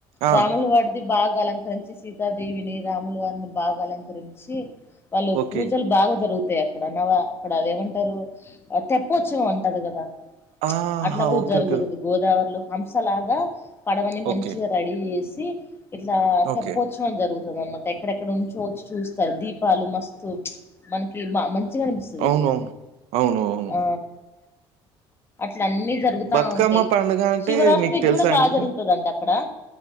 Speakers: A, on the right; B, on the left.
A: ఆ!
B: రాములు వారిది బాగా అలంకరించి సీతాదేవిని రాములు వారిని బాగా అలంకరించి వాళ్ళు
A: ఓకే.
B: పూజలు బాగా జరుగు తాయి అక్కడ నావ అక్కడ అదే మంటారు తెప్పెచ్చోవం అంటారు కదా
A: ఆహా!
B: అట్లా గూ
A: ఓకే.
B: జరుగుదు
A: ఓకే.
B: గోదావరిలో హంసలాగా పడవని మంచిగా
A: ఓకే.
B: రెడీ చేసి ఇట్లా
A: ఓకే.
B: తెప్పొచ్చొవం జరుగు ఎక్కడెక్కడ నుంచో వచ్చి చూస్తారు దీపాలు మస్తు మనకి బా మంచి గా అనిపిస్తుది
A: అవునవును. అవును. అవును.
B: ఆ ఇట్ల అన్నీ జరుగుతా
A: బతుకమ్మ
B: ఉంటాయి
A: పండుగ అంటే
B: శివరాత్రికి
A: మీకు తెలుసా
B: కూడా
A: అండి?
B: బాగా జరుగుతాది అంటా అక్కడ